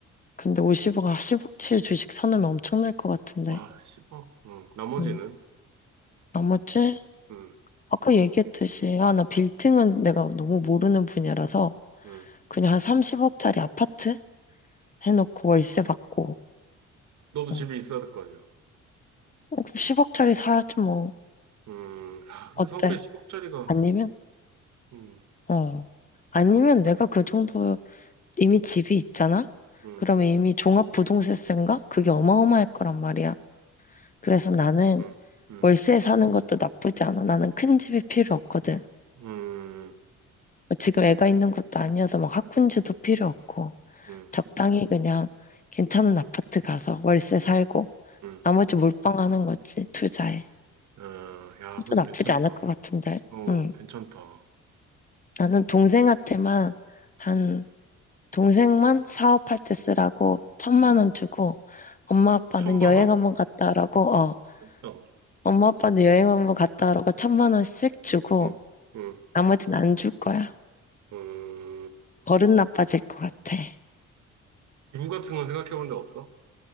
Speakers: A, on the left (about 25°); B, on the right (about 70°).
A: 근데 50억, 10억치 주식 사놓으면 엄청날 것 같은데.
B: 와, 10억. 응, 나머지는?
A: 음. 나머지,
B: 응,
A: 아까 얘기했듯이, 아, 나 빌딩은 내가 너무 모르는 분야라서,
B: 응.
A: 그냥 한 30억짜리 아파트 해놓고 월세 받고,
B: 너도 집에
A: 음.
B: 있어야 될 거 아니야.
A: 어, 그럼 10억짜리 사야지 뭐,
B: 음, 야, 근데
A: 어때?
B: 서울에 10억짜리가,
A: 아니면,
B: 음,
A: 어. 아니면 내가 그 정도 이미 집이 있잖아?
B: 음,
A: 그러면 이미 종합부동세세인가? 그게 어마어마할
B: 음.
A: 거란 말이야. 그래서 나는
B: 음, 음,
A: 월세 사는 것도 나쁘지 않아. 나는 큰 집이 필요 없거든.
B: 음,
A: 뭐 지금 애가 있는 것도 아니어서 막 학군지도 필요 없고
B: 음,
A: 적당히 그냥 괜찮은 아파트 가서 월세 살고
B: 음, 음.
A: 나머지 몰빵하는 거지 투자에.
B: 어, 야, 그것도
A: 또 나쁘지
B: 괜찮다.
A: 않을 것 같은데.
B: 어,
A: 응.
B: 괜찮다. 어,
A: 나는 동생한테만 한 동생만 사업할 때 쓰라고 천만
B: 음.
A: 원 주고 엄마 아빠는
B: 천만
A: 여행
B: 원?
A: 한번 갔다 오라고 어
B: 어,
A: 엄마 아빠는 여행 한번 갔다 오라고 천만 원씩 주고
B: 음, 음,
A: 나머지는 안 줄 거야.
B: 음.
A: 버릇 나빠질 것 같아.
B: 기부 같은 건 생각해 본 적 없어?